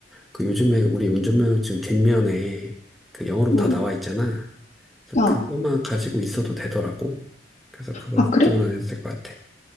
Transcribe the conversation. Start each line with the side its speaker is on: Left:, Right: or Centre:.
Centre: 그 요즘에 우리 운전면허증 뒷면에 그 영어로
Left: 응.
Centre: 다 나와 있잖아. 그래서
Left: 어. 아,
Centre: 그거만 가지고 있어도 되더라고. 그래서 그거
Left: 아,
Centre: 걱정은
Left: 그래?
Centre: 안 해도 될 것 같아.